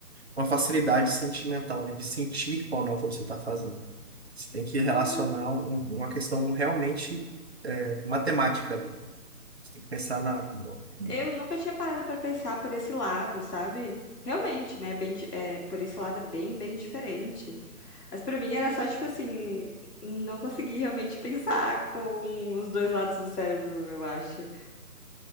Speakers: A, on the right (about 40°); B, on the left (about 80°).
A: uma facilidade sentimental ali de sentir qual nota você está fazendo. Você tem que
B: Hum.
A: relacionar um- um, uma questão realmente é, matemática ali. Você tem que pensar na. no- no-
B: Eu nunca tinha parado pra pensar por esse lado, sabe. Realmente, né, bem di eh, por esse lado é bem, bem diferente. Mas pra mim era só, tipo assim, não consegui realmente pensar com os 2 lados do cérebro, eu acho.